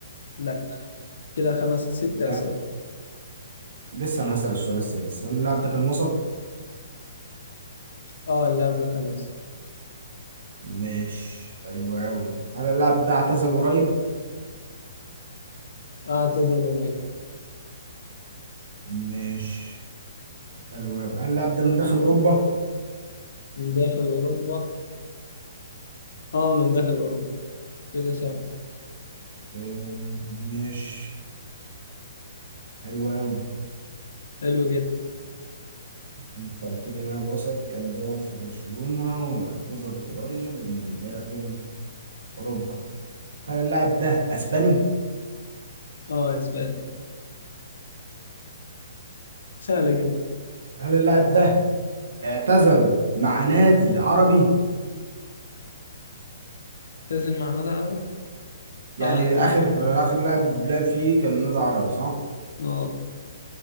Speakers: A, on the left; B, on the right.
A: لا كده خمس ست
B: لا
A: أسئلة
B: لسه انا هسأل السؤال السادس هل اللاعب ده كان وسط؟
A: اه اللاعب ده كان مصري
B: مش حلو قوي هل اللاعب ده اعتزل قريب؟
A: اه اعتزل قريب
B: مش حلو قوي هل اللاعب ده من داخل اوروبا؟
A: من داخل أوروبا اه من داخل أوروبا كده سهل
B: أم، مش حلو قوي
A: حلو جدا
B: انت قلت لي لاعب وسط كان بيلعب في برشلونة واعتزل قريب من داخل أوروبا هل اللاعب ده أسباني؟
A: اه اسباني سهلة جدا
B: هل اللاعب ده اعتزل مع نادي عربي؟
A: اعتزل مع نادي عربي
B: يعني
A: اه اعتزل
B: آخر آخر لاعب لعب فيه كان نادي عربي صح؟
A: اه